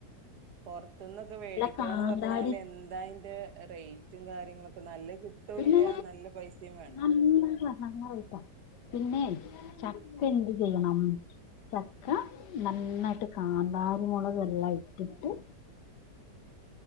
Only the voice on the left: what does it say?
കാന്താരി
പിന്നെ
നല്ല നല്ല റെയ്റ്റാ പിന്നെ
ചക്കെന്ത് ചെയ്യണം? ചക്ക നന്നയ്ട്ട് കാന്താരി മൊളകെല്ലാം ഇട്ട്ട്ട്